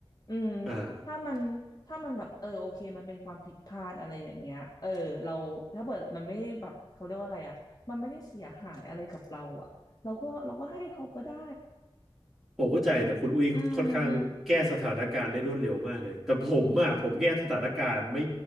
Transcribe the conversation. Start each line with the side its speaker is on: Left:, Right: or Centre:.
Left: อืม
Centre: อ่า
Left: ถ้ามันถ้ามันแบบเออโอเคมันเป็นความผิดพลาดอะไรอย่างเงี้ยเออเราถ้าเกิดมันไม่ได้แบบเขาเรียกว่าอะไรอ่ะมันไม่ได้เสียหายอะไรกับเราอ่ะเราก็เราก็ให้เขาก็ได้
Centre: ผมเข้าใจแต่คุณอุ้ยค่อนข้างแก้สถานการณ์ได้รวดเร็วมากเลยแต่ผมอ่ะผมแก้สถานการณ์ไม่
Left: อืม